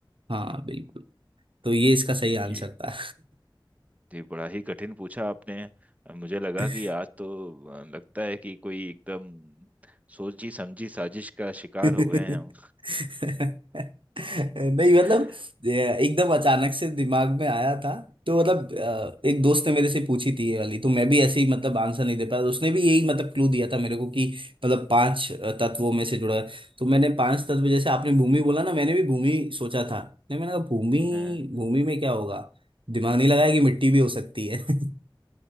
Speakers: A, on the right; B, on the right.
A: हाँ बिल्कुल तो ये इसका सही
B: ये
A: आंसर था
B: जी बड़ा ही कठिन पूछा आपने मुझे लगा
A: <laughs>
B: कि आज तो अ, लगता है कि कोई एकदम सोची समझी साजिश का शिकार
A: नहीं
B: हो गए हैं हम
A: मतलब
B: <laughs>
A: ये एकदम अचानक से दिमाग में आया था तो मतलब अ, एक दोस्त ने मेरे से पूछी थी ये वाली तो मैं भी ऐसे ही मतलब आंसर नहीं दे पाया उसने भी यही मतलब क्लू दिया था मेरे को कि मतलब पांच अ, तत्वों में से जुड़ा है तो मैंने पांच तत्व जैसे आपने भूमि बोला ना मैंने भी भूमि सोचा था नहीं मैंने कहा भूमि
B: हाँ
A: भूमि में क्या होगा दिमाग नहीं लगाया कि मिट्टी भी हो सकती है <laughs>